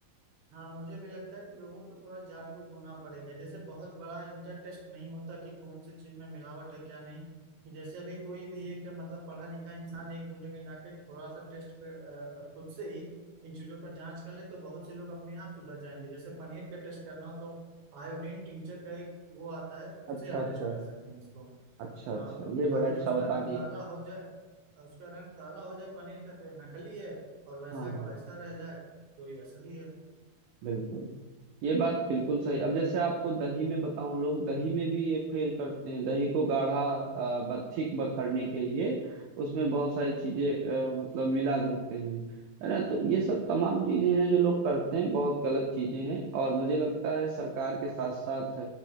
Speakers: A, on the right (about 70°); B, on the right (about 90°).
A: हाँ मुझे भी लगता है कि लोगों को थोड़ा जागरूक होना पड़ेगा जैसे बहुत बड़ा इनका टेस्ट नहीं होता कि कौन सी चीज में मिलावट है क्या नहीं कि जैसे अभी कोई भी एक मतलब पढ़ा लिखा इंसान एक दो जगह जाके थोड़ा सा टेस्ट कर, अ, खुद से ही इन चीजों का जांच कर ले तो बहुत से लोग अपने आप सुधर जाएंगे जैसे पनीर का टेस्ट करना हो तो आयोडीन टिंचर का एक वो आता है उससे
B: अच्छा
A: आप
B: अच्छा
A: टेस्ट कर सकते हैं उसको
B: अच्छा
A: हाँ
B: अच्छा ये बड़ा
A: अगर
B: अच्छा
A: जो उसका
B: बता
A: रंग
B: दिया
A: काला हो जाए उसका रंग काला हो जाए पनीर का तो ये नकली है और वैसा
B: हाँ
A: का वैसा रह जाए तो ये असली है
B: बिल्कुल
A: हम्म
B: ये बात बिल्कुल सही अब जैसे आपको दही में बताऊं लोग दही में भी ये फेल करते हैं दही को गाढ़ा अ, ब- थिक ब- करने के लिए उसमें बहुत सारी चीजें अ, मतलब मिला देते हैं है ना तो ये सब तमाम चीजें हैं जो लोग करते हैं बहुत गलत चीजें हैं और मुझे लगता है सरकार के साथ साथ